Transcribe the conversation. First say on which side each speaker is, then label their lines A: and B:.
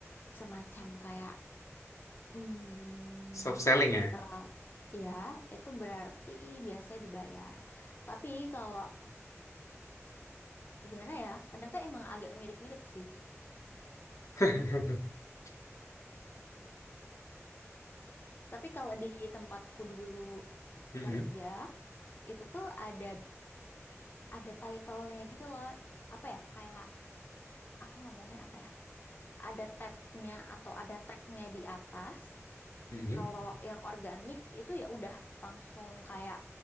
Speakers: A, on the left; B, on the left.
A: semacam kayak, hmm,
B: Soft selling ya.
A: teral, ya, itu berarti biasanya dibayar. Tapi kalau gimana ya, kadang tuh emang agak mirip-mirip sih.
B: <laughs>
A: Tapi kalau di tempatku dulu
B: Mm-mm,
A: kerja, itu tuh ada ada title-nya gitu loh. Apa ya, kayak aku ngomongnya apa ya? ada tabnya atau ada tagnya di atas.
B: mm-mm,
A: Kalau yang organik itu ya udah langsung kayak